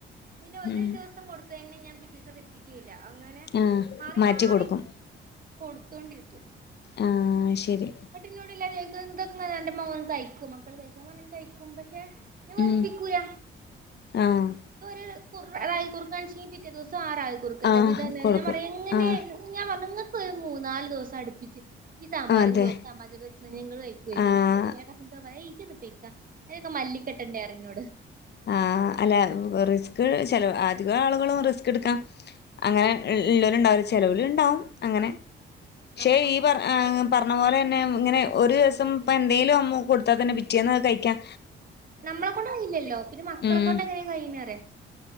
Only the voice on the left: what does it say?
ഉം
ആഹ്
മാറ്റി
കൊടുക്കും
ആഹ് ശരി
ഉം ആഹ്
ആഹ്
കൊടുക്കും
ആഹ്
അതെ
ആഹ്
ആഹ, അല്ല റിസ്ക് ചെലോ അധിക ആളുകളും റിസ്ക്ക്‌ട്ക്കാ അങ്ങനെ ഉള്ളൊല്ണ്ടാവൂല. ചെലോല്ണ്ടാവും അങ്ങനെ
ക്ഷെ
ഈ വർ ആഹ്, പറഞ്ഞ പോലെന്നെ ഇങ്ങനെ ഒരുസം ഇപ്പ എന്തേലും അമ്മു കൊടുത്താതന്നെ പിറ്റേന്നകഴിക്കൻ
ഉം